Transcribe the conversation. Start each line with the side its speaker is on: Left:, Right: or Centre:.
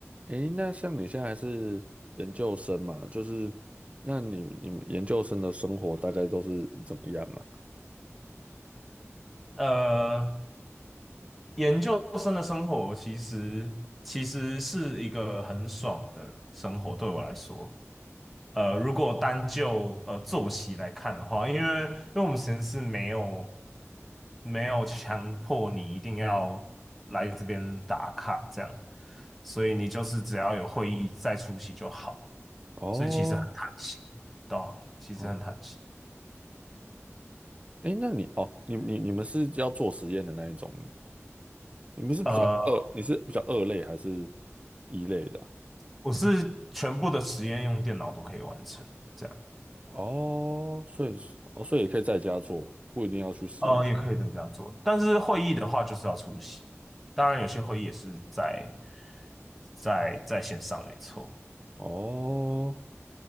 Right: 诶，那像你现在还是研究生嘛，就是那你你们研究生的生活大概都是怎么样啊？
Centre: 呃，研究生的生活其实其实是一个很爽的生活，对我来说。呃，如果单就呃作息来看的话，因为因为我们实验室没有没有强迫你一定要来这边打卡这样，所以你就是只要有会议再出席就好，
Right: 哦
Centre: 所以其实很弹性，对啊，其实很弹性。
Right: 哦，诶，那你哦，你你你们是要做实验的那一种，你们是比较二，
Centre: 呃，
Right: 你是比较二类还是一类的啊
Centre: 我是全部的实验用电脑都可以完成。这样。
Right: 哦，所以是哦，所以也可以在家做，不一定要去实验室。
Centre: 呃，也可以这么这样做，但是会议的话就是要出席。当然，有些会议也是在在在线上，没错。
Right: 哦，